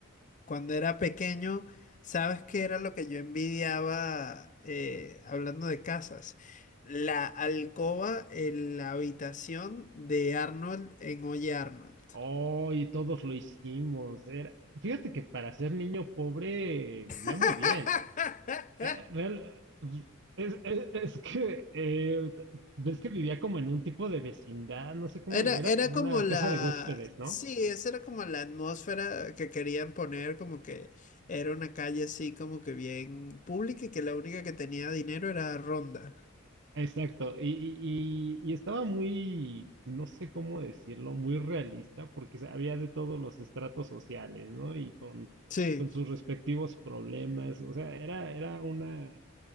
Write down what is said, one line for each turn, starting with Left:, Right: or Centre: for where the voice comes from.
Left: cuando era pequeño, ¿sabes que era lo que yo envidiaba eh, hablando de casas? La alcoba en la habitación de Arnold en Oye Arnold.
Right: Oh, y todos lo hicimos. Era- Fíjate que para ser niño pobre vivía
Left: <laughs>
Right: muy bien. Eh, real- es, es- es que, eh, ves que vivía como en un tipo de vecindad, no sé cómo,
Left: Era,
Right: era
Left: era
Right: como
Left: como
Right: una
Left: la,
Right: casa de huéspedes, ¿no?
Left: sí, esa era como la atmósfera que querían poner, como que era una calle así como que bien pública y que la única que tenía dinero era Ronda.
Right: Exacto, y, y- y- y estaba muy, no sé cómo decirlo, muy realista, porque se- había de todos los estratos sociales, ¿no? Y con,
Left: Sí,
Right: con sus respectivos problemas, o sea, era, era una,